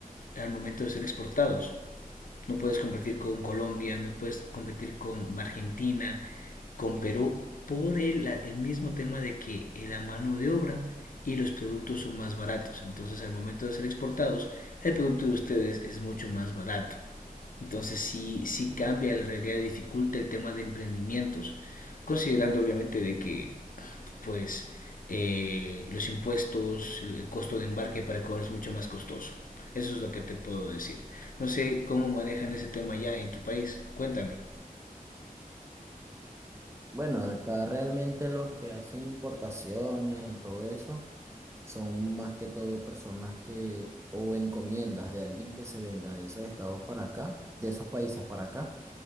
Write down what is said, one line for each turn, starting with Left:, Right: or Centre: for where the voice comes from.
Left: al momento de ser exportados. No puedes competir con Colombia, no puedes competir con Argentina, con Perú, por el, el mismo tema de que la mano de obra y los productos son más baratos. Entonces al momento de ser exportados, el producto de ustedes es mucho más barato. Entonces sí, sí cambia la realidad, dificulta el tema de emprendimientos, considerando obviamente de que pues eh, los impuestos, el costo de embarque para Ecuador es mucho más costoso. Eso es lo que te puedo decir. No sé cómo manejan ese tema ya en tu país. Cuéntame.
Right: Bueno, acá realmente los que hacen importaciones y todo eso son más que todo personas que o encomiendas de alguien que se venga de esos estados para acá, de esos países para acá,